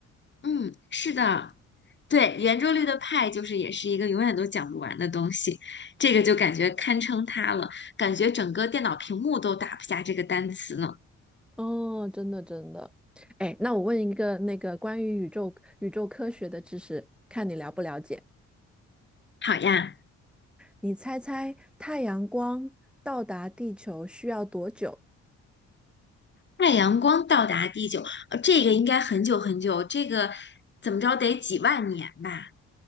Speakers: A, on the left; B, in the centre.
A: 嗯，是的，对，圆周率的派就是也是一个永远都讲不完的东西，这个就感觉堪称它了，感觉整个电脑屏幕都打不下这个单词呢。
B: 哦，真的真的。哎，那我问一个那个关于宇宙宇宙科学的知识，看你了不了解。
A: 好呀，
B: 你猜猜太阳光到达地球需要多久？
A: 太阳光到达地球，呃，这个应该很久很久，这个怎么着得几万年吧？